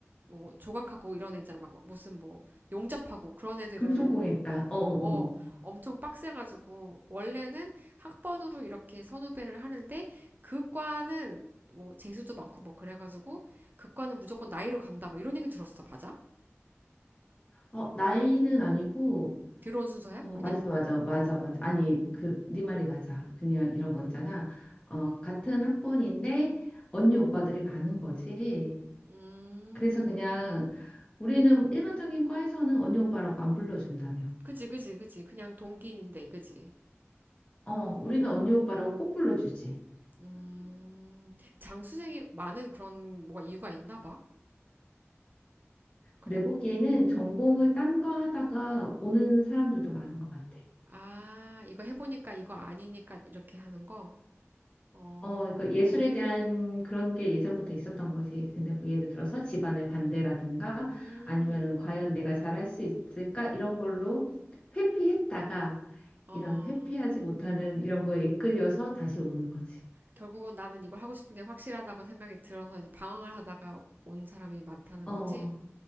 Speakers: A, on the right; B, on the left.
A: 뭐 조각하고 이런 애 있잖아. 막 무슨 뭐 용접하고 그런 애들은
B: 금속공예과. 어, 어,
A: 어,
B: 어.
A: 엄청 빡세가지고 원래는 학번으로 이렇게 선후배를 하는데 그 과는 뭐 재수도 많고 뭐 그래가지고 그 과는 무조건 나이로 간다. 막 이런 얘기 들었어. 맞아?
B: 어, 나이는 아니고
A: 들어온 순서야?
B: 어,
A: 그냥?
B: 맞아, 맞아, 맞아, 맞아. 아니, 그 네 말이 맞아. 그냥 이런 거 있잖아. 어, 같은 학번인데 언니 오빠들이 많은 거지.
A: 음,
B: 그래서 그냥 우리는 일반적인 과에서는 언니 오빠라고 안 불러준다며.
A: 그지, 그지, 그지. 그냥 동기인데, 그지?
B: 어, 우리는
A: 어.
B: 언니 오빠라고 꼭 불러주지.
A: 음, 장수생이 많은 그런 뭐가 이유가 있나 봐. 그래?
B: 내 보기에는 전공을 딴 거 하다가 오는 사람들도 많은 것 같아.
A: 아, 이거 해보니까 이거 아니니까 이렇게 하는 거? 어,
B: 어, 그 예술에 대한 그런 게 예전부터 있었던 거지. 근데 뭐 예를 들어서 집안의 반대라든가
A: 음,
B: 아니면은 과연 내가 잘할 수 있을까? 이런 걸로 회피했다가
A: 어,
B: 이런 회피하지 못하는 이런 거에 이끌려서 다시 오는 거지.
A: 결국은 나는 이걸 하고 싶은 게 확실하다고 생각이 들어서 이제 방황을 하다가 온 사람이 많다는
B: 어,
A: 거지?